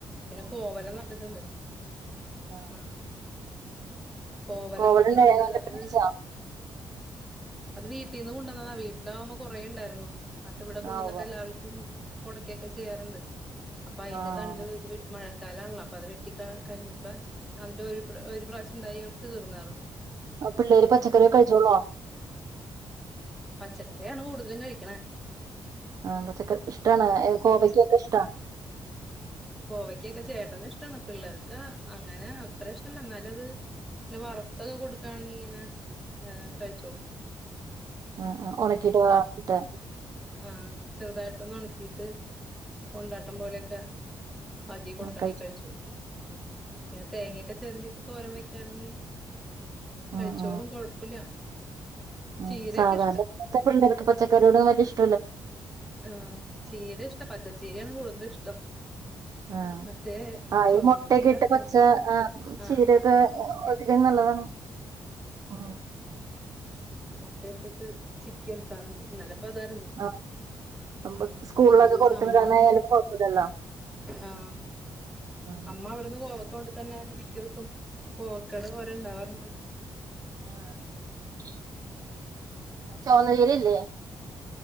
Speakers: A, in the centre; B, on the right.
A: പിന്നെ കോവലം നട്ട്ട്ട്‌ണ്ട്
B: ആഹ്
A: ആ കോവലം
B: കോവലുണ്ടായിരുന്നോണ്ട്
A: നട്ടിട്ട്ണ്ട് അത്
B: പിടിച്ചതാ
A: അത് വീ വീട്ടീന്ന് കുണ്ടന്നതാ വീട്ടിലാവുമ്പോ കുറേ ഇണ്ടായിരുന്നു നട്ട് ഇവിടെ കൊണ്ടന്നിട്ട്
B: ആഹ് ഉവ്വ്
A: എല്ലാവർക്കും കൊട്ക്കെ ഒക്കെ ചെയ്യാർണ്ട് പ്പ അയിന്റെ
B: ആഹ്
A: തണ്ട് ഇത്‌ വിട്ട് മഴ കാലാണല്ലോ. അപ്പ അത് വെട്ടി ക കഴിഞ്ഞപ്പ അതിന്റെ ഒരു ഒരു പ്രാവശ്യം ഇണ്ടായി തീർന്നാർന്നു.
B: പിള്ളേര് പച്ചക്കറി ഒക്കെ കഴിച്ചോളോ?
A: പച്ചക്കറിയാണ് കൂടുതലും കഴിക്ക്ണെ.
B: ആ പച്ചക്കറി ഇഷ്ടാണ് ഏ കോവയ്ക്കൊക്കെ ഇഷ്ടാ.
A: കോവയ്ക്കൊക്കെ ചേട്ടന് ഇഷ്ടണ്. പിള്ളേർക്ക് അങ്ങനെ അത്ര ഇഷ്ടല്ല ഇന്നാലും അത്, നെ വർത്തൊക്കെ കൊടുക്കാണെങ്കി ഇങ്ങനെ ഏഹ് കഴിച്ചോളും.
B: ആ ആ ഒണക്കിട്ട് വാർത്ത്ട്ട്
A: ആഹ് ചെറുതായിട്ടൊന്ന് ഒണക്കിട്ട് കൊണ്ടാട്ടം പോലെയൊക്കെ ആക്കി കൊടുക്കാണെങ്കി
B: കഴിച്ചു
A: കഴിച്ചോളും. ഉം പിന്നെ തേങ്ങ ക്ക ചെരണ്ടീട്ട് തോരൻ വെക്കാണെങ്കി
B: ആഹ്
A: കഴിച്ചോളും കൊഴപ്പല്ല
B: ആഹ്
A: ചീരയൊക്കെ
B: സാധാരണ ഇപ്പത്തെ പിള്ളേർക്ക് പച്ചക്കറിയോടും വല്ല്യ ഇഷ്
A: ആ ചീര ഇഷ്ടാ പച്ചച്ചീര <unintelligible> കൂടുതൽ ഇഷ്ടം
B: ആ
A: മറ്റേ
B: ആ
A: ചൊവന്ന
B: ഈ മുട്ടൊക്കെ
A: ചീര
B: ഇട്ട്
A: അത്ര
B: കൊച്ച ചീരയൊക്കെ
A: ആഹ് ഉം
B: <unintelligible> നല്ലതാണ് ഉം
A: മുട്ടയിട്ട് ചിക്കി ഒലത്താർ ഇണ്ട് അപ്പ ഇതായിരുന്നു
B: ആ നമ്മ
A: ഉം ഇപ്പ
B: സ്കൂളിലൊക്കെ
A: മിക്ക ദിവസം
B: കൊടുത്ത്
A: അമ്മ
B: വിടാനായാലും കൊഴപ്പല്ലല്ലോ
A: ആ
B: ഉം
A: അമ്മ അവിടെന്ന് കോവാ തുകൊണ്ട് തന്നെ മിക്കസം പോക്ക <unintelligible> ഇണ്ടാവാർണ്ട്
B: ആഹ് ചൊവന്ന ചീരയല്ലേ